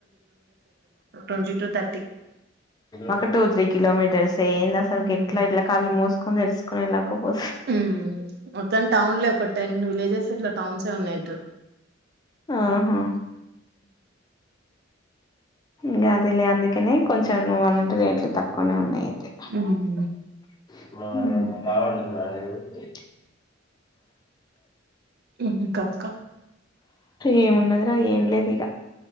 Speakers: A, on the right; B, on the left.
A: టొంటీ టు తర్టీ
B: ఒక టూ త్రీ కిలోమీటర్స్ ఏంది అసలు
A: మ్మ్
B: ఎట్లా ఇట్లా కళ్ళు మూసుకొని తెరుసుకొని వెళ్లాక పో
A: ఉమ్ మొత్తం టౌన్లే ఒక టెన్ విలేజెస్ ఇట్లా టౌన్సే ఉన్నాయి ఇటు
B: ఆహా ఇంకా అదిలే అందుకనే కొంచెం నువ్వు అన్నట్టే రేట్లు తక్కువనే ఉన్నాయి అయితే
A: ఉమ్
B: <unintelligible>
A: ఊహూ ఇంకా అక్క
B: ఏమున్నదిరా ఏం లేదు ఇగ